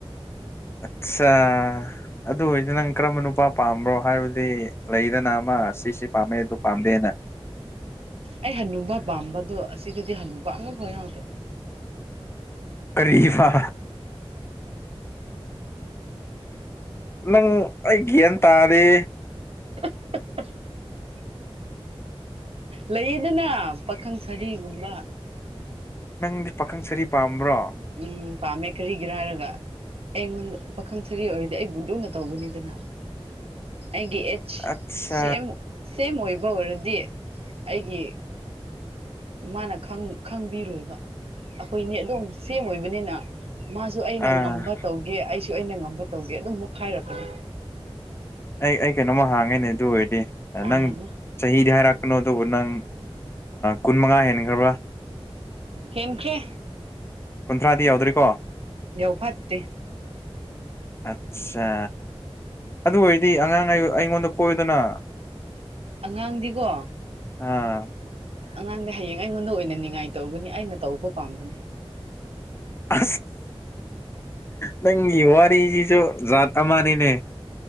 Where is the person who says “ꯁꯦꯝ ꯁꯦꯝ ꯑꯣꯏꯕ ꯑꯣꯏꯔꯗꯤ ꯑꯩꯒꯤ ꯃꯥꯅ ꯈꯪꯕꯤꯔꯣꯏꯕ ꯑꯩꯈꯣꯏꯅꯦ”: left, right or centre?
Right